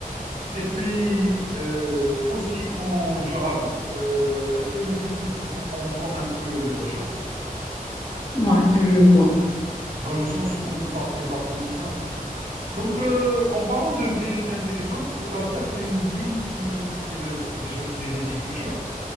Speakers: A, on the right; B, on the left.
A: Et puis, euh, aussi en durable, euh, elle privilégie plus les transports en commun que les voitures,
B: Ouais, je vois.
A: dans le sens où ça fait de la pollution et tout ça. Donc, euh, en parlant de ville intelligente, c'est-à-dire c'est une ville qui, c'est le- c'est- déjà c'est des villes du futur,